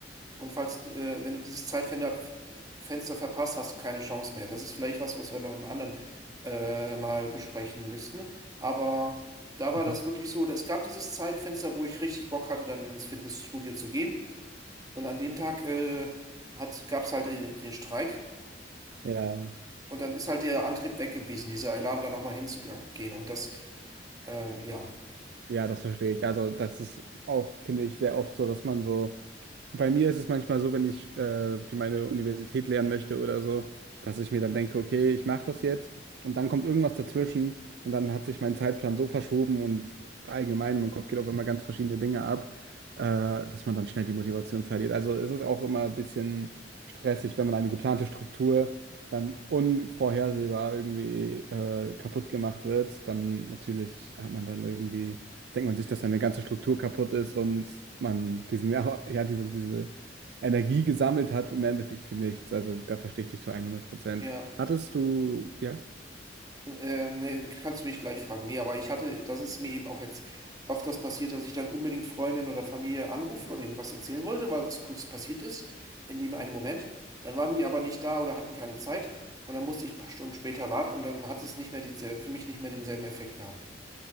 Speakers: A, on the right; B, on the right.
A: Und falls, äh, wenn du dieses Zeitfenster f- Fenster verpasst, hast du keine Chance mehr. Das ist vielleicht was, was wir noch im anderen äh, mal besprechen müssten. Aber da war
B: Mhm.
A: das wirklich so. Es gab dieses Zeitfenster, wo ich richtig Bock hatte, dann ins Fitnessstudio zu gehen. Und an dem Tag äh, hat, gab es halt den, den Streik.
B: Ja,
A: Und dann ist halt der Antrieb weg gewesen, dieser Elan da nochmal hinzugehen. Und das, äh, ja,
B: ja, das verstehe ich. Also das ist auch, finde ich, sehr oft so, dass man so Bei mir ist es manchmal so, wenn ich äh, für meine Universität lernen möchte oder so, dass ich mir dann denke, okay, ich mache das jetzt und dann kommt irgendwas dazwischen und dann hat sich mein Zeitplan so verschoben und allgemein in meinem Kopf geht auf einmal ganz verschiedene Dinge ab, äh, dass man dann schnell die Motivation verliert. Also es ist auch immer ein bisschen stressig, wenn man eine geplante Struktur dann unvorhersehbar irgendwie äh, kaputt gemacht wird, dann natürlich hat man dann irgendwie denkt man sich, dass seine ganze Struktur kaputt ist und man diesen, ja, ja, diese, diese Energie gesammelt hat, im Endeffekt für nichts. Also da verstehe ich dich zu 100 Prozent.
A: ja.
B: Hattest du, ja?
A: Ähm, nee, kannst du mich gleich fragen. Nee, aber ich hatte, das ist mir eben auch jetzt oft das passiert, dass ich dann unbedingt Freundin oder Familie anrufen oder ihnen was erzählen wollte, weil was Cooles passiert ist, in dem einen Moment. Dann waren die aber nicht da oder hatten keine Zeit und dann musste ich ein paar Stunden später warten und dann hat es nicht mehr diese, für mich nicht mehr denselben Effekt gehabt.